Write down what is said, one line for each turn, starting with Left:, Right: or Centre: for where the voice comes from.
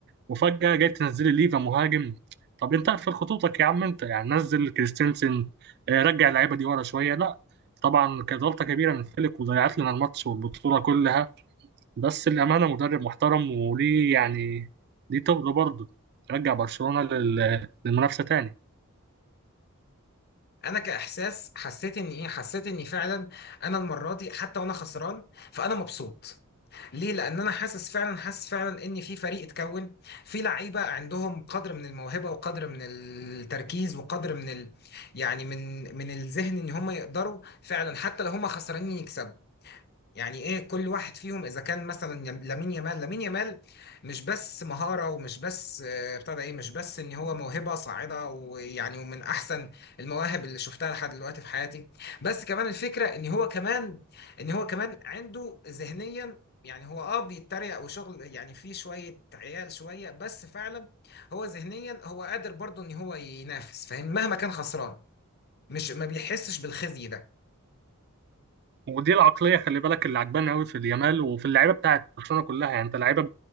Right: وفجأة جاي تنزلي ليفا مهاجم طب انت اقفل خطوطك يا عم انت يعني نزل كريستنسن آه، رجع اللعيبة دي ورا شوية لا طبعا كانت غلطة كبيرة من فليك وضيعت لنا الماتش والبطولة كلها بس الأمانة مدرب محترم وليه يعني ليه تقله برضه رجع برشلونة لل- للمنافسة تاني
Left: انا كاحساس حسيت ان ايه حسيت اني فعلا انا المره دي حتى وانا خسران فانا مبسوط ليه لان انا حاسس فعلا حاسس فعلا ان في فريق اتكون في لعيبه عندهم قدر من الموهبه وقدر من التركيز وقدر من ال... يعني من من الذهن ان هم يقدروا فعلا حتى لو هم خسرانين يكسبوا يعني ايه كل واحد فيهم اذا كان مثلا يم- لامين يامال لامين يامال مش بس مهارة ومش بس آه، ابتدى ايه مش بس ان هو موهبة صاعدة ويعني ومن احسن المواهب اللي شفتها لحد دلوقتي في حياتي بس كمان الفكرة ان هو كمان ان هو كمان عنده ذهنيا يعني هو اه بيتريق وشغل يعني فيه شوية عيال شوية بس فعلا هو ذهنيا هو قادر برضه ان هو ينافس فاهم مهما كان خسران مش ما بيحسش بالخزي ده
Right: ودي العقليه خلي بالك اللي عجباني قوي في اليامال وفي اللعيبه بتاعت برشلونه كلها يعني انت لعيبه